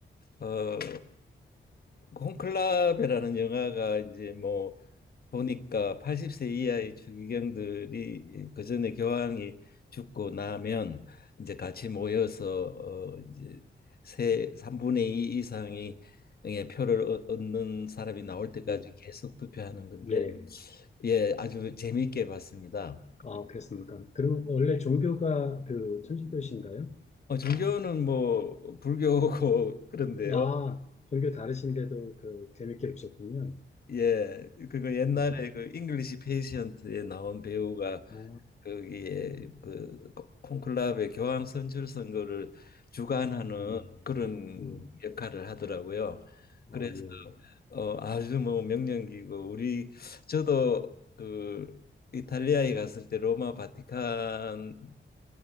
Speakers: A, on the left; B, on the left.
A: 어 콘클라베라는 영화가 이제 뭐 보니까 80세 이하의 추기경들이 예, 그 전에 교황이 죽고 나면 이제 같이 모여서 어 이제 세 3분의 2 이상이 의 표를 얻- 얻는 사람이 나올 때까지
B: 예,
A: 계속 투표하는 건데
B: 예,
A: 예 아주 재미있게 봤습니다.
B: 아, 그렇습니까. 그럼 원래 종교가 그 천주교신가요?
A: 어 종교는 뭐 불교고 <laughs> 그런데요.
B: 아, 종교 다르신데도 그 재밌게 보셨군요.
A: 예, 그거 옛날에
B: 예,
A: 그 잉글리시 페이션트에 나온 배우가
B: 아,
A: 거기에 그 콘클라베 교황 선출 선거를 주관하는
B: 예,
A: 그런
B: 예,
A: 역할을 하더라고요.
B: 아,
A: 그래서
B: 예,
A: 어, 아주 뭐 명령기고 우리 저도 그 이탈리아에 갔을 때 로마 바티칸의